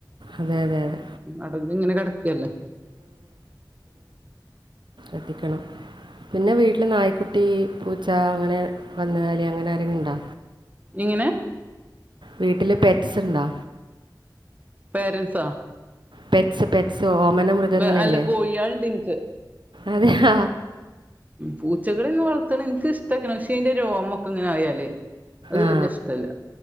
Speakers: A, on the right; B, on the right.
A: അതെ അതെ അതെ.
B: അടഞ്ഞ് ഇങ്ങനെ കിട ക്കല്ലേ.
A: എത്തിക്കണം പിന്നെ വീട്ടില് നായ്ക്കുട്ടി, പൂച്ച അങ്ങനെ കന്നുകാലി അങ്ങനെ ആരെങ്കിലും ഇണ്ടാ?
B: നിങ്ങ്നെ.
A: വീട്ടില് പെറ്റ്സ് ഇണ്ടാ.
B: പേരൻസാ.
A: Pets pets. ഓമന മൃഗങ്ങളില്ലേ
B: വെ അല്ല കോഴികളെണ്ട് ഇനിക്ക്.
A: അതെ ഹ.
B: പൂച്ചകളെന്നും വളർത്തണ എനിക്ക് ഇഷ് <unintelligible> രോമക്കെ ഇങ്ങനെ ആയാല്. അത്
A: ആ
B: വല്ല്യ ഇഷ്ടല്ല.